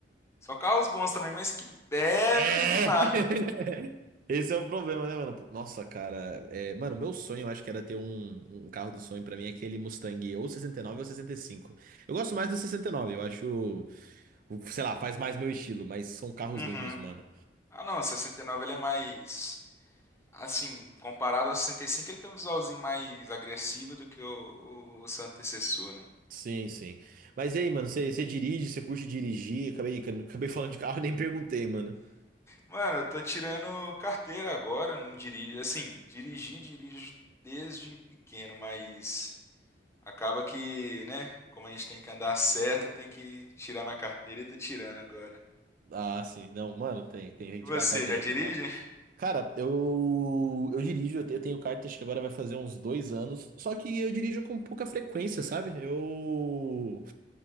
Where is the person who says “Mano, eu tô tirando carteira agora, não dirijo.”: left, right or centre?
Left